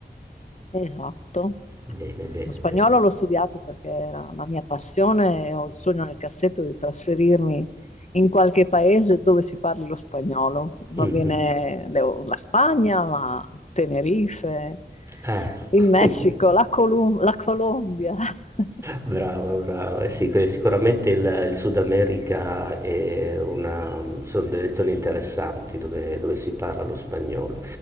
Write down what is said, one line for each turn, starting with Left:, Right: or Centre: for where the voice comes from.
Left: Esatto.
Right: Bene, bene,
Left: Lo spagnolo
Right: bene.
Left: l'ho studiato perché era la mia passione e ho il sogno nel cassetto di trasferirmi in qualche paese dove si parli lo spagnolo. Va
Right: Mhm.
Left: bene le- la Spagna, ma Tenerife,
Right: Eh.
Left: il Messico,
Right: <laughs>
Left: la, Colum- la Colombia. <laughs>
Right: Brava, brava. Eh Sì, que- sicuramente il, il Sud America è una, sono delle zone interessanti dove, dove si parla lo spagnolo.